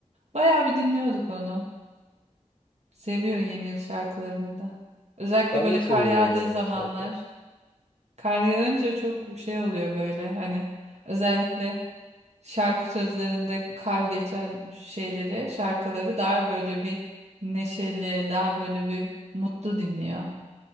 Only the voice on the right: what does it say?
Bayağı bir dinliyorduk onu. Seviyor yeni yıl şarkılarını da. Özellikle
böyle
kar yağdığı
zamanlar.
Kar yağınca çok şey oluyor böyle hani özellikle şarkı sözlerinde kar geçen şeyleri, şarkıları daha böyle bir neşeli, daha böyle bir mutlu dinliyor.